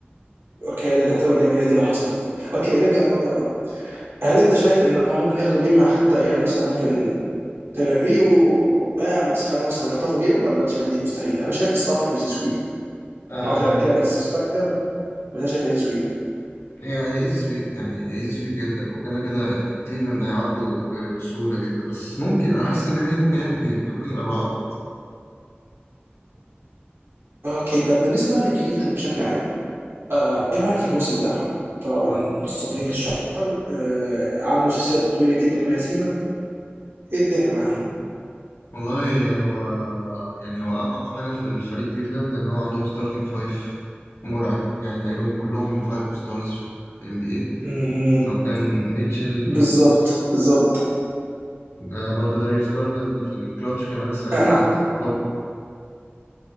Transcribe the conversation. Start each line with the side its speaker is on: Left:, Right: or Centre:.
Right: اوكي ده, ده هتبقى جميله دي لو حصلت اوكي نرجع لموضوعنا هل انت شايف ان هم ممكن ياخدوا جيم مع حتى يعني مثلا ممكن تايلر هي وبام يسخنوا مثلا يخطفوا جيم ولا انت شايف دي مستحيله؟ انا شايف الصح ايزي سويب
Left: مم.
Right: ما اعرفش انا كده بديسبكت ذم بس انا شايف ايزي سويب
Left: هي هي ايزي سويب يعني ايزي سويب جدا وكده كده يعني كليفلاند هيعدوا ب- بسهوله جدا بس ممكن انا حاسس ان ميامي هيت ممكن ياخد جيم يعني ممكن يبقى 4-1
Right: اوكي طب بالنسبه بقى لكليفلاند بشكل عام آه
Left: كليفلاند
Right: ايه رايك في الموسم بتاعهم؟ طبعا
Left: هو
Right: متصدرين
Left: الموسم
Right: الشهر آه عملوا سلسله طويله جدا من غير هزيمه ايه الدنيا معاهم؟
Left: والله هو يعني هو اقوى حاجه في الفريق كليفلاند ان هو عندهم ستارتنج فايف مرعب يعني تقريبا كلهم من فايف ستارز في ال NBA
Right: مهم.
Left: لو كان ميتشل
Right: بالظبط بالظبط
Left: آه، برضه داريوس جارلاند في الكلاتش كمان السنه
Right: انا
Left: دي كان توب